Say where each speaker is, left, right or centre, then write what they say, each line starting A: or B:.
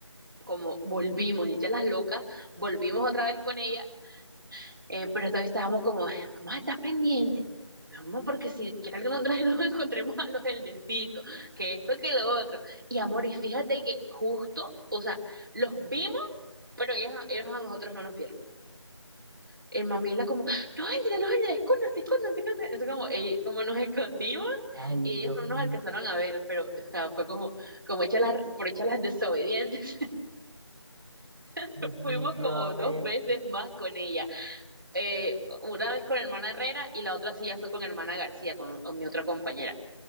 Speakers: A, on the right; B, on the right.
A: como volvimos, dichas las locas, volvimos otra vez con ella, eh, pero esta vez estábamos como, mamá, está pendiente, mamá, porque si qué tal que nosotros nos <laughs> encontremos a los eldercitos, que esto, que lo otro. Y amor, y fíjate que justo, o sea, los vimos, pero ellas, no- ellos a nosotros no nos vieron el mamila como, los ángeles, los ángeles, escóndanse, escóndanse, escóndanse. Entonces como, eh, como nos escondimos
B: Ay,
A: y
B: Dios
A: ellos no nos
B: mío,
A: alcanzaron a ver, pero o sea, fue como, como hecha las, por hecha las desobedientes. <laughs>
B: definitivamente.
A: Fuimos como dos veces más con ella. Eh, una vez con hermana Herrera y la otra sí ya fue con hermana García, con, con mi otra compañera.